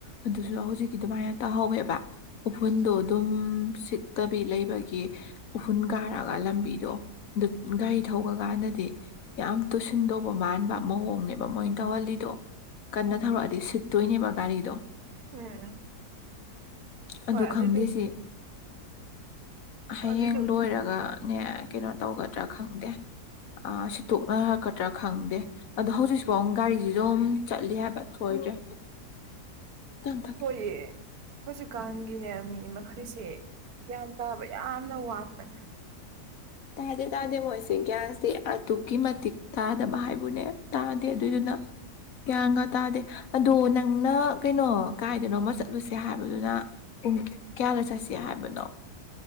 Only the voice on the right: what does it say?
ꯎꯝ ꯎꯝ
ꯍꯣꯏ ꯑꯗꯨꯏꯗꯨ
ꯑꯗꯨꯏꯗꯨ
ꯍꯣꯏꯌꯦ ꯍꯧꯖꯤꯛꯀꯥꯟꯒꯤꯅꯦ ꯃꯤ ꯃꯈꯩꯁꯦ ꯒ꯭ꯌꯥꯟ ꯇꯥꯕ ꯌꯥꯝꯅ ꯋꯥꯠꯄꯅꯦ